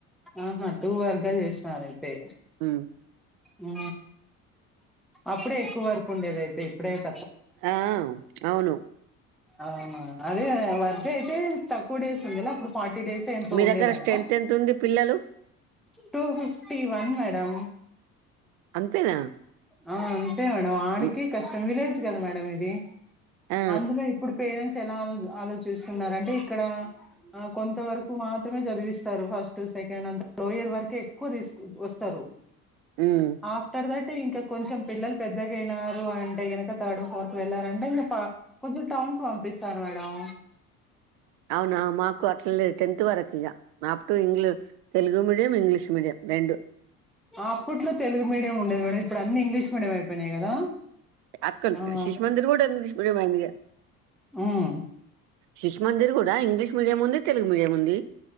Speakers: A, in the centre; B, on the right (about 50°).
A: ఆహా టూ వర్గా చేసినారు అయితే
B: ఉమ్
A: ఆ అప్పుడే ఎక్కువ వర్క్ ఉండేది అయితే ఇప్పుడైతే
B: ఆ అవును
A: అవునా అదే వర్క్ అయితే తక్కువ డేస్ ఉంది అప్పుడు ఫార్టీ ఫటీ డేస్ ఎంతో
B: మీ
A: ఉండేదంట
B: దగ్గర స్ట్రెంత్ ఎంత ఉంది పిల్లలు
A: టూ ఫిఫ్టీ వన్ మేడం
B: అంతేనా
A: ఆ అంతే మేడం ఆడికి
B: మ్,
A: కష్టం విలేజ్ కదా మేడం ఇది
B: ఆ
A: అందులో ఇప్పుడు పేరెంట్స్ లాలు ఆలోచిస్తున్నారు అంటే ఇక్కడ ఆ కొంత వరకు మాత్రమే చదివిస్తారు ఫస్ట్ సెకండ్ అ లోయర్ వరకే ఎక్కువ తీసుకు వస్తారు
B: ఉమ్
A: ఆఫ్టర్ దాట్ అే ఇంకా కొంచెం పిల్లలు పెద్దగా అయినారు అంటే గినక థర్డ్ ఫోర్త్ వెళ్ళారంటే ఇంకా కొంచెం టౌ కు పంపిస్తారు మేడం
B: అవునా మాకు అట్ల లేదు టెన్త్ వరకు ఇగా అప్పుడుూ ఇంగ్లు తెలుగు మీడియం ఇంగ్లీష్ మీడియం రెండు
A: అప్పట్లో తెలుగు మీడియం ఉండేది ఇప్పుడు అన్ని ఇంగ్లీష్ మీడియం అయిపోయినాయి కదా
B: అక్కంత
A: ఆ
B: శిశు మందిర్ కూడా ఇంగ్లీష్ మీడియం అయిందిగా
A: ఉమ్
B: శిశుమందిర్ కూడా ఇంగ్లీష్ మీడియం ఉంది తెలుగు మీడియం ఉంది